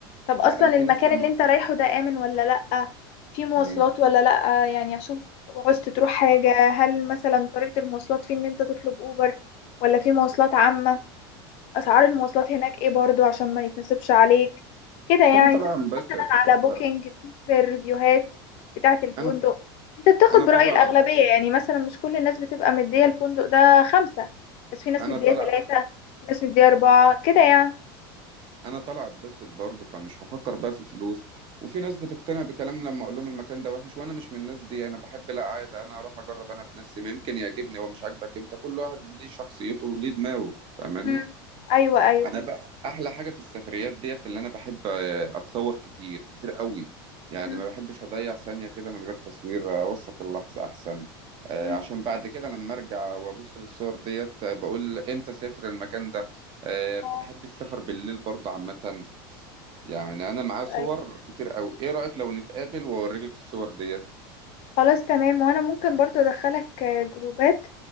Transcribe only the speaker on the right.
لا أنا
في ناس لما
مم.
أنا طالع
انبسط
ف...
أنا
أنا
طالع
أنا
طالع
انا طالع اتبسط برضه فمش هفكر بقى في الفلوس وفي ناس بتقتنع بكلام لما اقول لهم المكان ده وحش وانا مش من الناس دي انا بحب لا عادي انا اروح اجرب انا بنفسي ممكن يعجبني هو مش عاجبك انت كل واحد ليه شخصيته وليه دماغه فاهماني
انا بقى احلى حاجه في السفريات ديت اللي انا بحب آه، اتصور كتير كتير قوي يعني
ما بحبش اضيع ثانيه كده من غير تصوير اوثق اللحظه احسن آه،
عشان بعد كده لما ارجع وابص للصور ديت آه، بقول امتى اسافر المكان ده آه،
بحب السفر بالليل برضه عامة يعني انا معايا صور
كتير قوي ايه رأيك لو نتقابل واوريك الصور ديت